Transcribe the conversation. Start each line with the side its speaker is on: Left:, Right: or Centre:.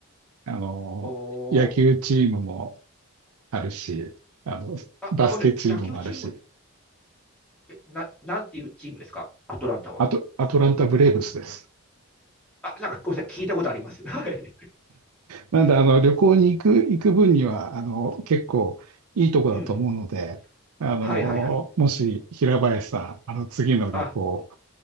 Right: あの、
Centre: ほー。
Right: 野球チームもあるし、あの、
Centre: あ、
Right: バスケチームもあるし、
Centre: あ、ごめんなさい。野球チームっえな、なんていうチームですかアトランタは。
Right: あと、アトランタブレーブスです。
Centre: あ、なんかごめんなさい、聞いたことあります。<laughs> はい。
Right: なんで、あの、旅行に行く、行く分には、あの、結構いいとこだと思うので、
Centre: うん。
Right: あの、
Centre: はいはいはい。
Right: もし平林さん、あの、次の旅行、
Centre: あ、